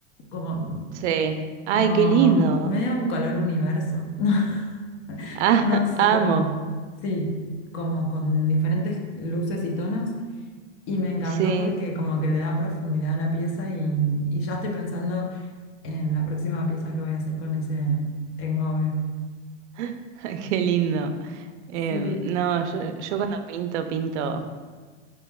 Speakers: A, on the left; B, on the right.
A: como,
B: sí. Ay,
A: como
B: qué lindo.
A: medio un color universo. <laughs>
B: Ah,
A: No sé
B: <laughs>
A: cómo,
B: amo.
A: sí, como con diferentes luces y tonos. Y me encantó
B: Sí,
A: porque como que le da profundidad a la pieza y, y ya estoy pensando en la próxima pieza que voy a hacer con ese engobe.
B: <laughs> qué lindo. Em,
A: Sí,
B: no, yo, yo cuando pinto, pinto,